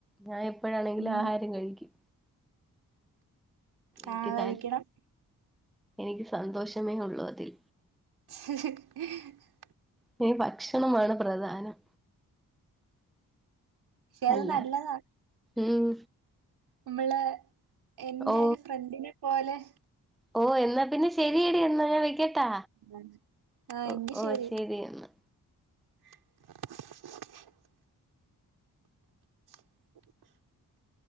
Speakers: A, in the centre; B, on the right.
A: ഞാൻ എപ്പഴാണെങ്കിലും
B: ഉം.
A: ആഹാരം കഴിക്കും എനിക്ക്
B: ആ കഴിക്കണം.
A: താൽ എനിക്ക് സന്തോഷമേ ഒള്ളു അതിൽ
B: <inaudible>
A: <unintelligible> ഭക്ഷണമാണ് പ്രധാനം
B: പക്ഷെ
A: അല്ല
B: അത് നല്ലതാ.
A: ഉം
B: നമ്മളെ എന്റെ
A: ഓ
B: ഒരു ഫ്രണ്ടിനെ പോലെ
A: ഓ എന്നാ പിന്നെ ശെരിയെടി എന്നാ ഞാൻ വെക്കട്ടാ
B: ആ ആ,
A: ഓ
B: എങ്കി
A: ഓ
B: ശരി
A: ശെരി എന്നാ
B: <inaudible> <inaudible>